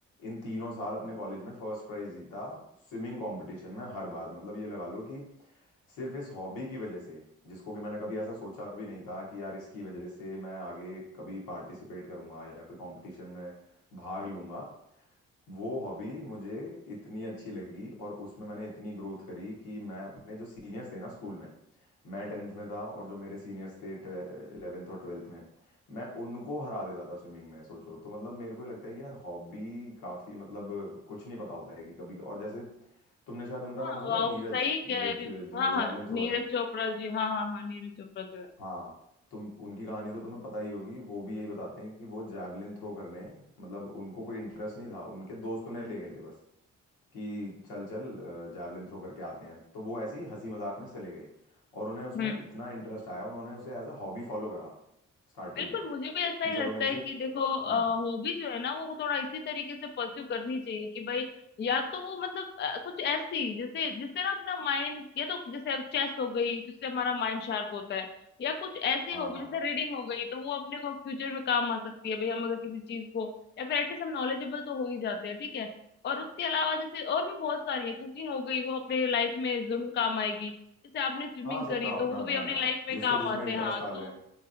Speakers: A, on the left; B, on the left.
A: इन तीनों साल अपने कॉलेज में फर्स्ट प्राइज जीता स्विमिंग कंपटीशन में हर बार मतलब ये लगा लो कि सिर्फ इस हॉबी की वजह से जिसको कि मैंने कभी ऐसा सोचा भी नहीं था कि यार इसकी वजह से मैं आगे कभी पार्टिसिपेट करूंगा या कोई कंपटीशन में भाग लूंगा वो हॉबी मुझे इतनी अच्छी लगी और उसमें मैंने इतनी ग्रोथ करी कि मैं अपने जो सीनियर्स थे ना स्कूल में मैं टेंथ में था और जो मेरे सीनियर्स थे इलेवेंथ और ट्वेल्थ में मैं उनको हरा देता था स्विमिंग में सोचो तो मतलब मेरे को ये लगता है कि यार हॉबी काफ़ी मतलब कुछ नहीं पता होता है कि कभी और जैसे तुमने शायद उनका
B: हाँ
A: नाम सुना
B: वाह,
A: है नीरज
B: सही कह
A: नीरज
B: रही हूँ
A: जो
B: हाँ हाँ
A: जैवलिन
B: नीरज
A: थ्रोअर हैं
B: चोपड़ा जी हाँ हाँ हाँ नीरज चोपड़ा जो है
A: हाँ तुम उनकी कहानी तो तुम्हें पता ही होगी वो भी यही बताते हैं कि वो जैवलिन थ्रो करने मतलब उनको कोई इंटरेस्ट नहीं था उनके दोस्त उन्हें ले गए थे बस कि चल चल जैवलिन थ्रो करके आते हैं तो वो ऐसी हंसी मजाक में चले गए और उन्हें उसमें
B: हम्म
A: इतना इंटरेस्ट आया उन्होंने उसे एज अ हॉबी फॉलो करा स्टार्टिंग
B: बिल्कुल
A: में
B: मुझे भी ऐसा
A: कि
B: ही
A: चलो
B: लगता
A: मैं इसे
B: है कि देखो
A: हम्म
B: हॉबी जो है ना वो थोड़ा इसी तरीके से परस्यू करनी चाहिए कि भाई या तो वो मतलब अ, कुछ ऐसी जैसे जिससे ना अपना माइंड या तो जैसे चेस हो गई जिससे हमारा माइंड शार्प होता है या कुछ ऐसी
A: हाँ
B: हॉबी जैसे रीडिंग हो गई तो वो अपने को फ्यूचर में काम आ सकती है भाई हम अगर किसी चीज को या फिर एटलीस्ट हम नॉलेजेबल तो हो ही जाते हैं ठीक है और उसके अलावा जैसे और भी बहुत सारी है कुकिंग हो गई वो अपने लाइफ में जरूर काम आएगी जैसे आपने स्विमिंग
A: हाँ सबका
B: करी
A: अपना
B: तो वो
A: अपना
B: भी अपनी
A: है यार
B: लाइफ में
A: जिसको
B: काम
A: जिसमें
B: आते
A: इंटरेस्ट
B: हैं हाँ
A: आ जाए
B: तो